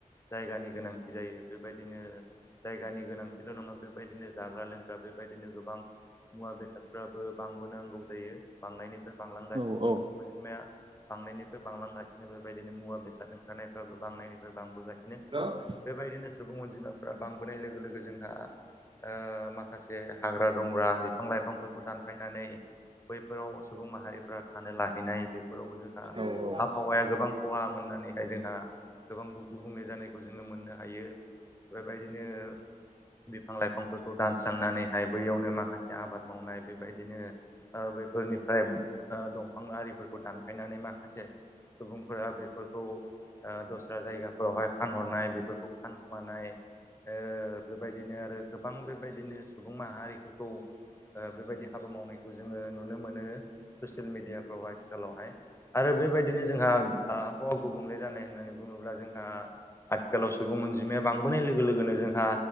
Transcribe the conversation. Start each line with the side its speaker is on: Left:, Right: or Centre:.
Left: जायगानि गोनांथि जायो। बेबायदिनो जायगानि गोनांथिल' नङा बेबायदिनो जाग्रा लोंग्रा बेबायदिनो गोबां मुवा बेसादफ्राबो बांबोनांगौ जायो। बांनायनिफ्राय बांलांगासिनो
Right: औ औ
Left: सुबुं अनजिमाया बांनायनिफ्राय बांलांगासिनो बेबादिनो मुवा बेसाद ओंखारनायफ्राबो बांनायनिफ्राय बांबोगासिनो।
Right: हेल' <unintelligible>
Left: बेबायदिनो सुबुं अनजिमाफोरा बांबोनाय लोगो लोगो जोंहा ओ माखासे हाग्रा दंग्रा बिफां लाइफांफोरखौ दानफायनानै बैफोराव सुबुं माहारिफ्रा थानो लाहैनाय बेफोरावबो जोंहा
Right: औ
Left: आबहावाया
Right: औ
Left: गोबां खहा मोननानैहाय जोंहा गोबां गुबुंले जानायखौ जोंनो मोन नो हायो बेबायदिनो बिफां लाइफांफोरखौ दानस्रांनानैहाय बैयावनो माखासे आबाद मावनाय बेबायदिनो ओ बेफोरनिफ्राय ओ दंफां आरिफोरखौ दानफायनानै माखासे सुबुंफोरा बेफोरखौ ओ दस्रा जायगाफोरावहाय फानहरनाय बे फानखोमानाय ओ बेबायदिनो आरो गोबां बेबायदिनो सुबुं माहारिफोरखौ ओ बेबायदि हाबा मावनायखौ जोंङो नुनो मोनो ससियेल मेडियाफ्राव आथिखालावहाय आरो बेबायदिनो जोंहा ओ आबहावा गुबुंले जानाय होननानै बुंङोब्ला जोंहा आथिखालाव सुबुं अनजिमाया बांबोनाय लोगो लोगोनो जोंहा